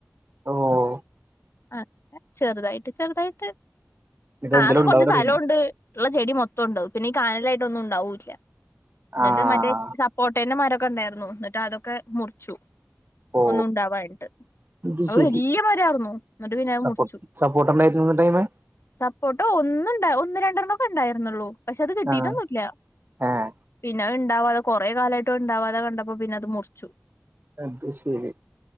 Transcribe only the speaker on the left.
ആഹ് ചെറ്തായിട്ട് ചെറ്തായിട്ട്
ആകെ
കൊർച്ച് സലോണ്ട്.
ള്ള ചെടി മൊത്തൊണ്ട് പിന്നെ ഈ കാനലായിട്ട് ഒന്നും ഉണ്ടാവൂല്ല ന്ന്ട്ട്
മറ്റേ സപ്പോട്ടേന്റെ മരൊക്കെണ്ടായിരുന്നു ന്ന്ട്ട് അതൊക്കെ മുർച്ചു
ഒന്നുണ്ടാവായിട്ട്.
അഅ്‌
വല്ല്യ മരാർന്നു ന്ന്ട്ട് പിന്നെ അഅ്‌
മുർച്ചു.
സപ്പോർട്ട ഒന്ന്ണ്ടാ ഒന്ന് രണ്ടെണ്ണംക്കെ ഉണ്ടായിര്ന്നുള്ളൂ പക്ഷെ അത് കിട്ടീറ്റൊന്നുല്ലാ.
പിന്നെ അഅ്‌ ഇണ്ടാവാതെ കൊറേ കാലായിട്ടും അഅ്‌ ഇൻണ്ടാവാതെ കണ്ടപ്പോ പിന്നെ അത് മുർച്ചു.